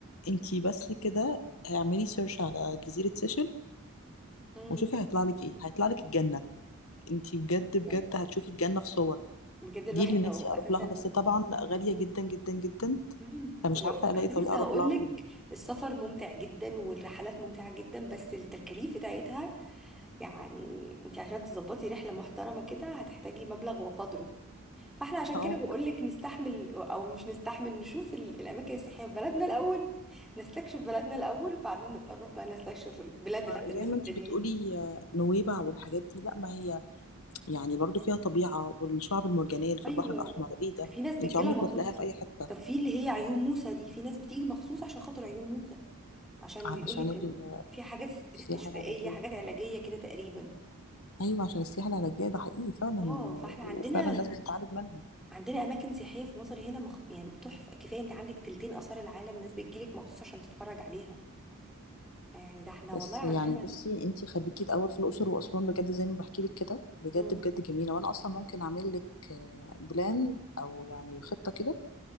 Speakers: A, on the left; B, in the centre.
A: انتي بس كده اعملي سيرش على جزيرة سيشل
B: مم.
A: وشوفي هيطلع لك ايه هيطلع لك الجنة انتي بجد
B: بجد
A: بجد هتشوفي الجنة في صور
B: بجد الواحد
A: دي اللي نفسي
B: لو
A: اروح
B: اساسا
A: لها بس طبعا غالية جدا جدا جدا
B: مم.
A: فمش
B: ولو
A: عارفة الاقي
B: كنت
A: طريقة
B: لسه
A: اروح
B: هقول
A: لها
B: لك
A: فيها
B: السفر ممتع جدا والرحلات ممتعه جدا بس التكاليف بتاعتها يعني انت عشان تظبطي رحله محترمه كده هتحتاجي مبلغ وقدره فاحنا عشان
A: اه
B: كده بقول لك نستحمل او مش نستحمل نشوف ال- الاماكن السياحيه في بلدنا الاول نستكشف بلدنا الاول بعدين نبقى نروح بقى نستكشف البلاد بتاعت
A: زي
B: الناس
A: ما
B: التانيين
A: انتي بتقولي آه، نويبع والحاجات دي لا ما هي يعني برضو فيها طبيعة والشعب المرجانية اللي في
B: ايوه
A: البحر الأحمر ايه ده
B: في ناس بتجيلها
A: انتي عمرك
B: مخصوص
A: ما تلاقيها في أي حتة
B: طب في اللي هي عيون موسى دي في ناس بتيجي مخصوص عشان خاطر عيون موسى عشان
A: عشان
B: بيقولك
A: ال-
B: ان في حاجات است-
A: السياحة
B: استشفائيه
A: العلاجية
B: حاجات علاجيه كده تقريبا
A: ايوه عشان السياحه العلاجيه ده حقيقي فعلا
B: اه
A: و-
B: فاحنا
A: وفعلا
B: عندنا
A: الناس بتتعالج منهم
B: عندنا اماكن سياحيه في مصر هنا مخ... يعني تحفه كفايه انت عندك تلتين اثار العالم ناس بتجيلك مخصوص عشان تتفرج عليها يعني ده احنا والله
A: بس
B: عندنا
A: يعني بصي انتي خليكي الاول في الاقصر واسوان بجد زي ما بحكي لك كده بجد
B: امم
A: بجد جميله وانا اصلا ممكن اعمل لك آه، بلان او يعني خطه كده